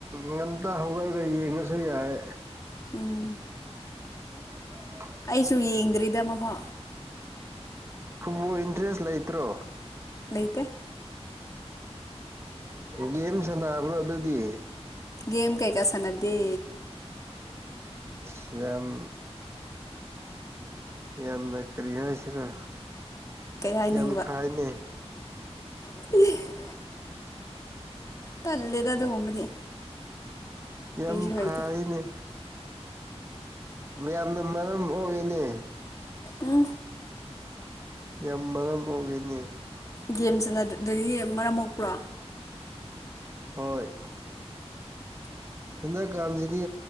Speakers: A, on the right; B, on the left.
A: ꯉꯝꯇ ꯍꯧꯒꯠꯂꯒ ꯌꯦꯡꯉꯁꯨ ꯌꯥꯔꯦ
B: ꯎꯝ
A: <inaudible>
B: ꯑꯩꯁꯨ ꯌꯦꯡꯗ꯭ꯔꯤꯗ ꯃꯐꯣ
A: ꯐꯨꯠꯕꯣꯜ ꯏꯟꯇꯔꯦꯁ ꯂꯩꯇ꯭ꯔꯣ
B: ꯂꯩꯇꯦ
A: ꯒꯦꯝ ꯁꯥꯟꯅꯕ꯭ꯔꯣ ꯑꯗꯨꯗꯤ
B: ꯒꯦꯝ ꯀꯩꯀꯥ ꯁꯥꯟꯅꯗꯦ꯫
A: ꯏꯁ ꯌꯥꯝ ꯌꯥꯝꯅ ꯀꯔꯤ ꯍꯥꯏꯁꯤꯔ
B: ꯀꯩ ꯍꯥꯏꯅꯤꯡꯕ
A: ꯌꯥꯝ ꯐꯩꯅꯦ꯫
B: <unintelligible> ꯇꯜꯂꯦꯗ ꯑꯗꯨꯒꯨꯝꯕꯗꯤ꯫
A: ꯌꯥꯝ
B: ꯍꯩꯁꯨ ꯍꯩꯇꯦ
A: ꯐꯩꯅꯦ ꯌꯥꯝꯅ ꯃꯔꯝ ꯃꯣꯛꯏꯅꯦ꯫
B: ꯎꯝ
A: ꯌꯥꯝ ꯃꯔꯝ ꯃꯣꯛꯏꯅꯦ꯫
B: ꯒꯦꯝ ꯁꯥꯟꯅꯗ꯭ꯔꯗꯤ ꯃꯔꯝ ꯃꯣꯛꯄ꯭ꯔꯣ꯫
A: ꯍꯣꯏ꯫ ꯍꯟꯗꯛꯀꯥꯟꯁꯤꯗꯤ